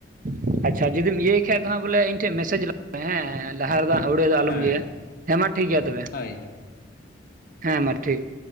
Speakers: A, on the right; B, on the left.
A: ᱦᱚᱸ ᱟᱪᱪᱷᱟ ᱡᱩᱫᱤᱢ ᱤᱭᱟᱹᱭ ᱠᱷᱟᱡ ᱫᱚ ᱦᱟᱸᱜ ᱵᱚᱞᱮ ᱤᱧ ᱴᱷᱮᱱ ᱢᱮᱥᱮᱡᱽ ᱞᱟᱜ <inaudible> ᱢᱮ ᱦᱮ ᱞᱟᱦᱟ ᱨᱮᱫᱚ ᱦᱟᱸᱜ ᱟᱹᱣᱲᱟᱹ ᱫᱚ ᱟᱞᱚᱢ
B: ᱦᱮᱸ
A: ᱤᱭᱟᱹᱭᱟ ᱦᱮᱸ ᱢᱟ ᱴᱷᱤᱠ ᱜᱮᱭᱟ ᱛᱚᱵᱮ
B: ᱦᱳᱭ ᱦᱳᱭ
A: ᱦᱮᱸ ᱢᱟ ᱴᱷᱤᱠ